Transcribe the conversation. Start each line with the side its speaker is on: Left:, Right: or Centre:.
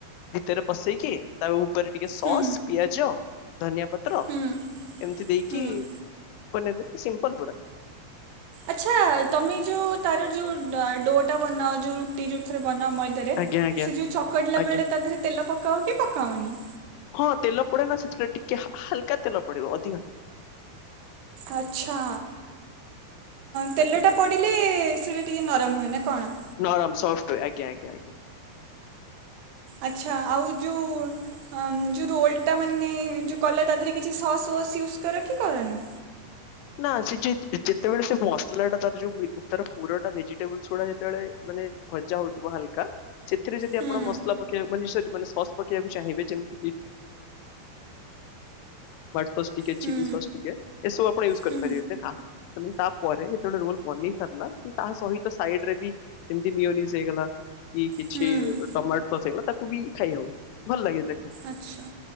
Left: ଭିତରେ ପସେଇକି ତାକୁ ତାରେ ଟିକେ ସସ୍
Right: ହୁଁ
Left: ପିଆଜ ଧନ୍ୟା ପତ୍ର
Right: ହୁଁ
Left: ଏମତି ଦେଇକି
Right: ହୁଁ।
Left: ବନେଇଦେବେ ସିମ୍ପଲ ପୁରା।
Right: ଆଛା ତମେ ଯୋଉ ତାର ଯୋଉ ଡୋ ଟା ବନାଅ ଯୋଉ ରୁଟି ଯୋଉ ବନା ମଇଦରେ
Left: ଆଜ୍ଞା ଆଜ୍ଞା
Right: ସେ ଯୋଉ ଚକଡିଲା
Left: ଆଜ୍ଞା
Right: ବେଳେ ତା ଦେହରେ ତେଲ ପ ପକାଉ କି ପକାଉନି।
Left: ହଁ ତେଲ ପଡେ ନା ସେଥିରେ ଟିକେ ହାଲକା ତେଲ ପଡିବ ଅଧିକ
Right: ଆଚ୍ଛା ତେଲଟା
Left: ଆଜ୍ଞା
Right: ପଡ଼ିଲେ ସେଟା ଟିକେ ନରମ ହୁଏ ନା କଣ।
Left: ନରମ ସଫ୍ଟ ଆଜ୍ଞା ଆଜ୍ଞା।
Right: ଆଚ୍ଛା ଆଉ ଯେଉ ଯେଉଁ ରୋଲଟା ମାନେ ଯେଉଁ କଲ ତା ଦେହରେ କିଛି ସସ୍ ୱସ୍ ୟୁଜ୍ କର କି କରନି।
Left: ନା ସେ ଯେ ଯେତେବେଳେ ସେ ମସଲା ଟା ତାର ଯୋଉ ତାର ପୁରଟା ଭେଜିଟେବଲ ଗୁଡା ଯେତେବେଳେ ମାନେ ଭଜା ହଉଥିବ ହାଲକା ସେଥିରେ ଯଦି
Right: ହୁଁ
Left: ଆପଣ ମସଲା ପକେଇବା ମାନେ ସସ୍ ପକେଇବାକୁ ଚାହିଁବେ ଯେମିତି ସସ୍ ଟିକେ
Right: ହୁଁ
Left: ଚିଲି ସସ୍ ଟିକେ। ଏସବୁ ପଣ ୟୁଜ କରିପାରିବେ
Right: ହୁଁ
Left: ତାପରେ ଯେତେବେଳେ ରୋଲ ବନେଇ ସାରିଲା ତା ସହିତ ସାଇଡରେ ବିମତି ମିନ ହେଇଗଲା କି କିଛି
Right: ହୁଁ
Left: ଟମାଟୋ ଫସ ହେଇଗଲା ତାକୁ ବି ଖାଇ ହଉ ଭଲ ଲାଗେ।
Right: ଆଚ୍ଛା